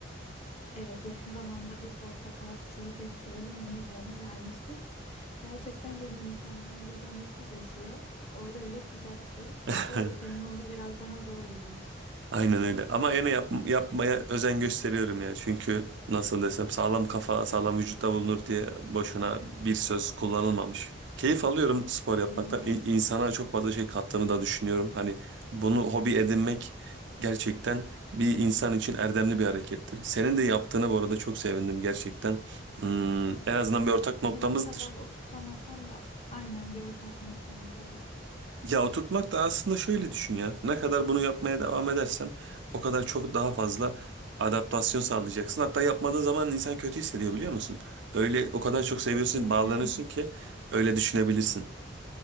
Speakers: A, on the left; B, on the right.
A: Evet yakın zamanda bu portakal çiçeği festivali mi neydi ona gelmiştim. <laughs> Gerçekten dedim insanlar burada nasıl yaşıyor? Orada bile sıcaktı.
B: <laughs>
A: Doğru senin orada biraz daha zor yürüyüş.
B: Aynen öyle. Ama yine yap, yapmaya özen gösteriyorum ya. Çünkü nasıl desem sağlam kafa sağlam vücutta bulunur diye boşuna bir söz kullanılmamış. Keyif alıyorum spor
A: Katılıyorum.
B: yapmaktan. İ- insana çok fazla şey kattığını da düşünüyorum. Hani bunu hobi edinmek gerçekten bir insan için erdemli bir harekettir. Senin de yaptığına bu arada çok sevindim gerçekten. Hmm, en azından
A: Evet
B: bir ortak
A: senin
B: noktamız
A: kadar oturtamasam da aynen bir ortak noktamız evet.
B: Ya oturtmak da aslında şöyle düşün ya. Ne kadar bunu yapmaya devam edersen o kadar çok daha fazla adaptasyon sağlayacaksın. Hatta yapmadığın zaman insan kötü hissediyor biliyor musun? Öyle o kadar çok
A: A,
B: seviyorsun,
A: kesinlikle.
B: bağlanıyorsun ki öyle düşünebilirsin.